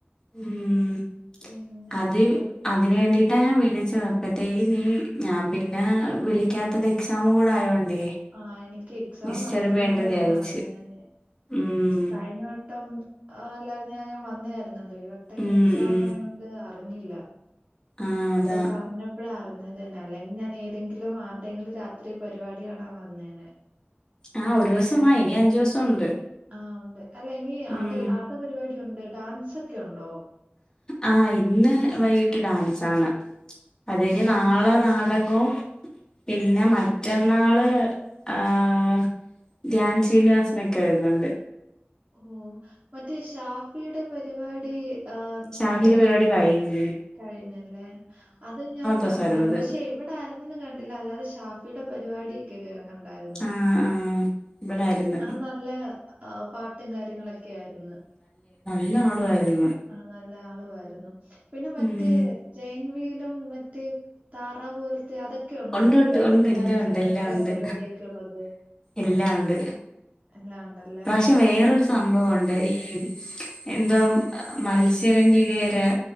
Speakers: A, on the left; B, on the right.
A: ഉം
B: പിന്നെ
A: അത്
B: ഒ
A: അതിന് വേണ്ടിട്ടാ ഞാൻ വിളിച്ചത് അപ്പത്തേക്ക് നീ ഞാൻ പിന്നെ വിളിക്കാത്തത് എക്സാമൂടെ ആയോണ്ടേ
B: ആഹ് എനിക്ക് എക്സാം
A: ഡിസ്റ്റർബ്
B: നടക്കുന്നോണ്ടാ
A: ചെയ്യണ്ട വിചാരിച്ച്
B: ഞാൻ അറിയാഞ്ഞേ
A: ഉം
B: കൈഞ്ഞ വട്ടം ആ അല്ലായിരുന്നു ഞാൻ ഞാൻ വന്നേയായിരുന്നല്ലോ ഈവട്ടം
A: ഉം
B: എക്സാം
A: ഉം
B: ആയൊണ്ട് അറിഞ്ഞില്ല
A: ആഹ്
B: ഇപ്പൊ
A: അതാ
B: പറഞ്ഞപ് പ്പോഴാ അറിഞ്ഞതെന്നേ അല്ലെങ്കി ഞാൻ ഏതെങ്കിലും ആരുടെങ്കിലും രാത്രി പരിപാടി കാണാൻ വന്നേനേ
A: ആഹ് ഒരൂസം വാ ഇനി അഞ്ചുസം ഉണ്ട്
B: ആഹ് ഒണ്ട് അല്ല ഇനി
A: ഉം
B: ആർടെ ആർടെ പരിപാടി ഒണ്ട് ഡാൻസൊക്കെ ഒണ്ടോ
A: ആഹ് ഇന്ന് വൈകിട്ട് ഡാൻസാണ് അതെന നാളെ നാടകവും പിന്നെ മറ്റന്നാള് ആഹ് ധ്യാൻ ശ്രീനിവാസനൊക്കെ വരുന്നുണ്ട്
B: ഉം മറ്റേ ഷാഫിടെ പരിപാടി ആ
A: ഷാഫിടെ
B: ഈ
A: പരിപാടി കഴിഞ്ഞു
B: കഴിഞ്ഞല്ലേ അത് ഞാൻ
A: ദിവസായിരുന്നു
B: കണ്ടാരുന്നു
A: അത്
B: പക്ഷെ എവിടാ ഒന്നും കണ്ടില്ല അല്ലാതെ ഷാഫിടെ പരിപാടിയൊക്കെ കേ കണ്ടായിരുന്നു
A: ആഹ് ആഹ് ഇവിടായിരുന്നു
B: ആഹ് നല്ല പാട്ടും കാര്യങ്ങളൊക്കെ ആയിരുന്നു
A: നല്ലൊ ആളുവായിരുന്നു
B: ആഹ് നല്ല ആളുവായിരുന്നു പിന്നെ മറ്റേ
A: ഉം
B: ജൈൻവീലും മറ്റേ താറ പോലത്തെ അതൊക്കെ ഉണ്ടോ?
A: ഒണ്ട് ഒണ്ട്
B: ബ്രേക്ക്
A: ഒണ്ട് എല്ലാ
B: ഡാൻസ്
A: ഒണ്ട്
B: അങ്ങനത്തെ
A: എല്ലാം ഒണ്ട്
B: പരിപാടിയൊക്കെ ഉള്ളത്
A: എല്ലാം ഒണ്ട്
B: എല്ലാം ഉണ്ടല്ലേ?
A: ഇപ്രാവശ്യം വേറൊരു സംഭവുണ്ട് ഈ എന്താ മത്സ്യകന്യകേര